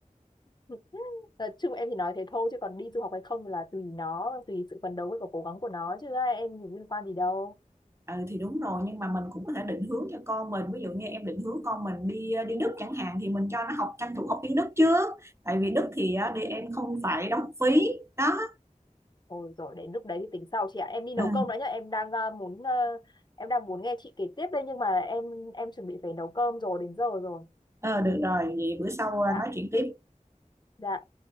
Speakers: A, on the left; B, on the right.
A: <laughs> Nói chung em chỉ nói thế thôi, chứ còn đi du học hay không là tùy nó, tùy sự phấn đấu với cả cố gắng của nó, chứ ai em thì liên quan gì đâu.
B: ừ thì đúng rồi nhưng mà mình cũng có thể định hướng cho con mình ví dụ như em định hướng con mình đi à, đi Đức chẳng hạn thì mình cho nó học tranh thủ học tiếng Đức trước tại vì Đức thì à, đi em không phải đóng phí đó
A: Ôi rồi đến lúc đấy thì tính sau chị ạ. Em đi nấu
B: ừ,
A: cơm đã nhá. Em đang ờ, muốn ờ, em đang muốn nghe chị kể tiếp đây nhưng mà em em chuẩn bị phải nấu cơm rồi đến giờ rồi.
B: ờ, được rồi vậy bữa sau à,
A: Dạ.
B: nói chuyện tiếp
A: dạ.